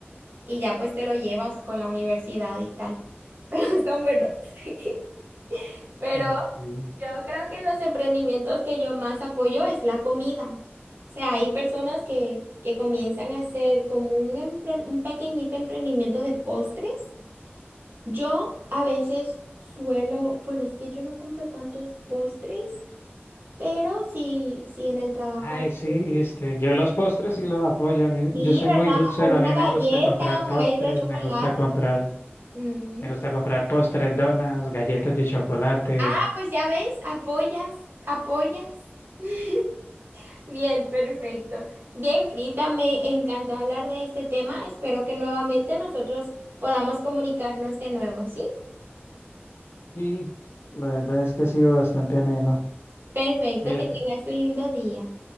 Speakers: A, on the right (about 55°); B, on the left (about 70°).
A: y ya pues te lo llevas con la universidad y tal. <laughs> Pero están buenos. <laughs> Pero
B: mm,
A: yo creo que los emprendimientos que yo más apoyo es la comida. O sea, hay personas que, que comienzan a hacer como un, empre- un pequeñito emprendimiento de postres. Yo a veces suelo, bueno, es que yo no compro tantos postres, pero sí, sí en el trabajo.
B: Ay,
A: a veces
B: sí, este, yo los postres sí los apoyo. a mí-
A: Sí,
B: yo soy muy
A: ¿verdad?
B: dulcero,
A: O una
B: a mí
A: galleta,
B: me gusta comprar
A: una
B: postres,
A: galleta de chocolate.
B: me gusta comprar,
A: Mm.
B: me gusta comprar postres, donas, galletas de chocolate,
A: Ah, pues ya ves, apoyas, apoyas. <laughs> Bien, perfecto. Bien, Crita, me encantó hablar de este tema. Espero que nuevamente nosotros podamos comunicarnos de nuevo, ¿sí?
B: Sí, la verdad es que ha sido bastante ameno.
A: Perfecto,
B: Fíjate.
A: que tengas un lindo día.